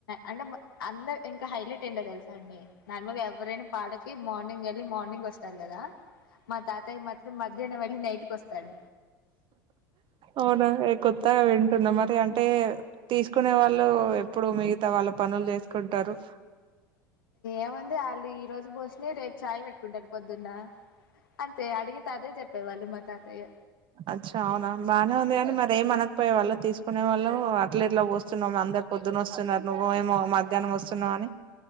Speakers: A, on the left; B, on the right.
A: అంటే మ అందర్ ఇంకా హైలెట్ ఏంటో దెల్సా అండీ నార్మల్గా ఎవ్వరైనా పాలకీ మార్నింగ్ ఎళ్ళి మార్నింగ్ వస్తార్ గదా మా తాతయ్య మాత్రం మధ్యాహ్నం వెళ్ళి నైట్కొస్తాడ్
B: అవునా ఏ కొత్తగ వింటున్నా మరే అంటే తీస్ కునేవాళ్లూ ఎప్పుడు మిగతా వాళ్ళ పనుల్ జేస్కుంటరు
A: ఏముంది ఆళ్ళు ఈ రోజు బోసినయ్ రేప్ చాయ్ బెట్కుంటరు పొద్దున్నా అంతే అడిగితె అదే చెప్పేవాళ్ళు మా తాతయ్య
B: అచ్ఛా అవునా బానే ఉంది గానీ మరి ఏం అనకపోయే వాళ్ళ తీసుకునే వాళ్లూ అట్లా ఎట్లా బోస్తున్నవ్ అందర్ పొద్దునొస్తున్నర్ నువ్వో ఎమో మధ్యాహ్నం వస్తున్నావని